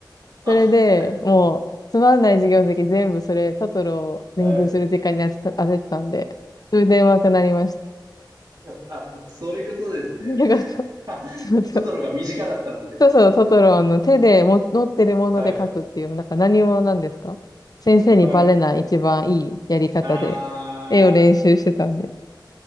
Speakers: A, on the right; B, on the left.
A: あ、
B: それで、
A: <laughs>
B: もう、つまんない授業の時全部それ、トトロを練習する時間に当てた、
A: はい。
B: 当ててたんで、それで上手くなりました。
A: あ、そういうことですね。
B: <laughs> ありがとう。
A: <laughs>
B: そうそう
A: トトロが身近だったんですね。
B: そうそう、トトロの手でも持ってるもので書くっていう、
A: はい、
B: なんか何者なんですか先生にバレない一番いいやり方で、
A: はい。あ
B: 絵を練習してたんで。